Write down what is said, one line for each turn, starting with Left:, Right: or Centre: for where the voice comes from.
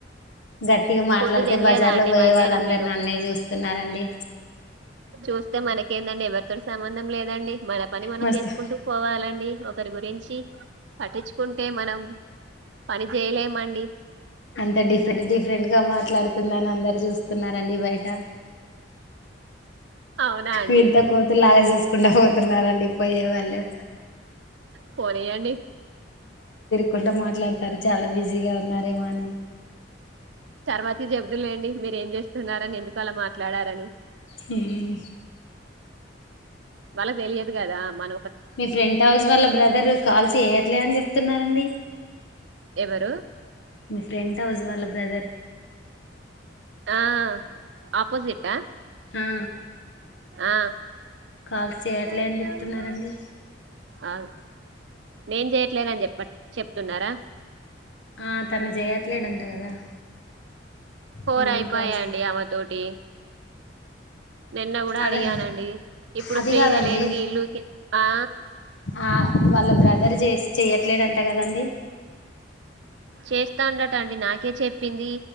Left: గట్టిగా మాట్లాడితే
Right: ఫుడ్ తినలేదా
Left: బజార్
Right: అండి
Left: లో పోయే
Right: మధ్యాహ్నం
Left: వాళ్ళందరూ
Right: మీరు
Left: నన్నే చూస్తున్నారండి.
Right: చూస్తే మనకేందండి ఎవరితోటి సంబంధం లేదండి మన పని మనం
Left: మస్తు
Right: చేస్త పోవాలండి ఒకరి గురించి పట్టించుకుంటే మనం పని చేయలేమండి.
Left: అంత డిఫరెంట్ డిఫరెంట్ గా మాట్లాడుతుండ అని అందరు చూస్తున్నారు. చూస్తున్నారండి బయట
Right: అవునా అండి
Left: వింత కోతు లాగ చూసుకుంటు పోతున్నారండి పోయే వాళ్ళు
Right: పోనీయండి
Left: కుంట మాట్లాడతారు చాలా బిజీగా ఉన్నారేమో అని
Right: తర్వాతి జెబ్దులేండి మీరేం చేస్తున్నారని ఎందుకు అలా మాట్లాడారని
Left: హ్మ్
Right: వాళ్ళకు తెలియదు కదా మన
Left: మీ ఫ్రెంట్ హౌస్ వాళ్ళ బ్రదర్ కాల్స్ చేయట్లే అని చెప్తున్నారండి.
Right: ఎవరు
Left: మీ ఫ్రెంట్ హౌస్ వాళ్ళ బ్రదర్
Right: ఆ ఆపోజిట్ ఆ
Left: ఆ
Right: ఆ
Left: కాల్స్ చేయట్లే
Right: పెద్దమ్మ
Left: అని చెప్తున్నారండి
Right: ఆ నే చెయట్లేనని చెప్ప చెప్తున్నారా
Left: ఆ తను చేయట్లేధంట కదా
Right: ఫోర్
Left: నేనేం
Right: అయిపాయాండి
Left: కాల్స్
Right: ఆమె తోటి నిన్న కూడా
Left: అదే
Right: అడిగానండి ఇప్పుడు
Left: అది
Right: ఫ్రీగా
Left: కాదండి
Right: లేను ఇల్లుకి ఆ
Left: ఆ వాళ్ళ బ్రదర్ చే చెయట్లేడంట కదండి
Right: చేస్తాండట అండి నాకే చెప్పింది